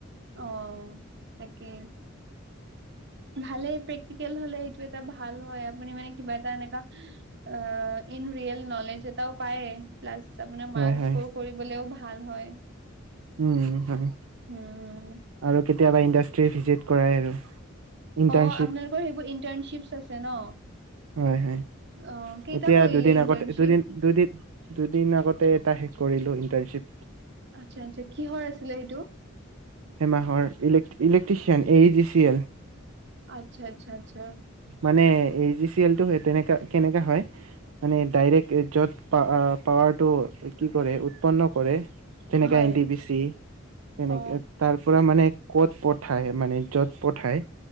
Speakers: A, on the right; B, on the right.
A: অ তাকে ভালে প্ৰেক্টিকেল হলে সেইটো এটা ভাল হয় আৰু <unintelligible> মানে কি এটা এনেকুৱা অ ইন ৰিয়েল নলেজ এটাও পায় প্লাছ আপোনাৰ
B: হয়
A: মাৰ্ক্স
B: হয়,
A: স্কৰ কৰিবলেও ভাল ভাল হয়
B: উম হয়
A: উম
B: আৰু কেতিয়াবা ইণ্ডাষ্ট্ৰি ভিজিট কৰাই আৰু ইণ্টাৰ্ণশ্বিপ
A: অ আপোনালোকৰ সেইটো ইণ্টাৰ্নশিপ আছে ন
B: হয় হয়
A: অ কেইটা
B: এতিয়া
A: কৰিলে
B: দুদিন
A: ইন্টাৰ্ণশ্বিপ?
B: আগতে দুদিন দুদিন দুদিন আগতে এটা শেষ কৰিলো ইণ্টাৰ্ণশ্বিপ
A: আচ্ছা আচ্ছা কিহৰ আছিলে সেইটো
B: এমাহৰ ইলেক্ট্ৰি electrician A E G C L
A: আচ্চছা আচ্ছা আচ্ছা
B: মানে এ ই জি চি এলটো সেই তেনেকা কেনেকা হয় মানে ডাইৰেক্ট য'ত প পাৱাৰটো কি কৰে উৎপন্ন কৰে। তেনেকে
A: হয়
B: এন টি পি চি তেনেকে
A: অ।
B: তাৰ পৰা মানে কত পঠায় মানে য'ত পঠায়